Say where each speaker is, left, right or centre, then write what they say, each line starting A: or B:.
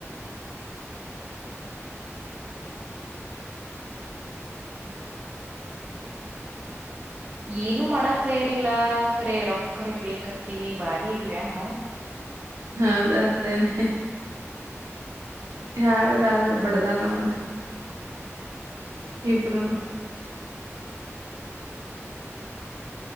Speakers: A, on the right; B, on the right.
A: ಏನು ಮಾಡಕ್ತಾ ಇಯರಿಲ್ಲ ಕಖರೆ ರೊ ಕರೆ ಬೇಕತ್ತೀವಿ ಬಾರಿ ಇದೀವಾ ನಾವು
B: ಹದ ಅಂತೇನೆ ಯಾರಾರ್ರ ಬಡ್ದಾರಮ್ಮನ್ ಇಬರುನು